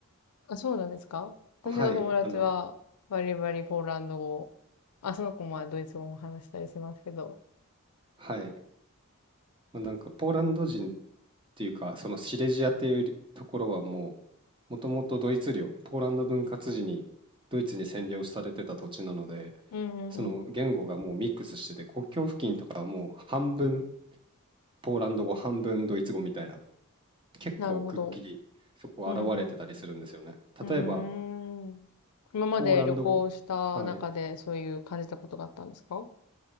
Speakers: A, on the left; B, on the right.
A: あ、そうなんですか私の友達は、
B: はい、あの、
A: バリバリポーランド語を。あ、その子もドイツ語も話したりしますけど。
B: はい。まあ、なんか、ポーランド人っていうか、そのシレジアっていうところはもう、もともとドイツ領、ポーランド分割時にドイツに占領されてた土地なので、
A: うんうんうん。
B: その言語がもうミックスしてて、国境付近とかはもう半分ポーランド語、半分ドイツ語みたいな、結構くっきりそこ現れてたりするんですよね。
A: なるほど。うんうん。
B: 例えば、
A: うーん。今まで旅行した中でそういう感じたことがあったんですか
B: ポーランド語、はい。